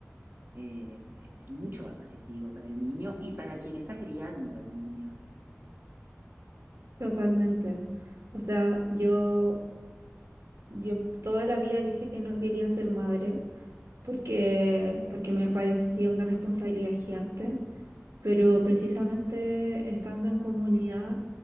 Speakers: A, on the right (about 50°); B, on the right (about 75°).
A: eh, mucho más positivo para el niño y para quien está criando al niño.
B: totalmente. O sea, yo Yo toda la vida dije que no quería ser madre porque, porque me parecía una responsabilidad gigante, pero precisamente estando en comunidad